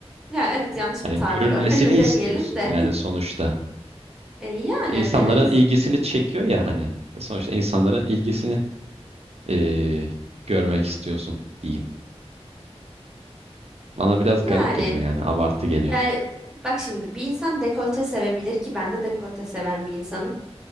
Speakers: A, in the centre; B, on the right.
A: Ya evet yanlış
B: Hani
A: bir tabir
B: görülmesini
A: o. <laughs> öyle demeyelim
B: istiyorsun
A: de.
B: yani
A: <laughs>
B: sonuçta.
A: E, yani
B: İnsanların
A: evet.
B: ilgisini çekiyor ya hani. E Sonuçta insanların ilgisini eee, görmek istiyorsun diyeyim. Bana biraz garip
A: Yani
B: geliyor yani abartı geliyor.
A: yani bak şimdi bir insan dekolte sevebilir ki ben de dekolte seven bir insanım.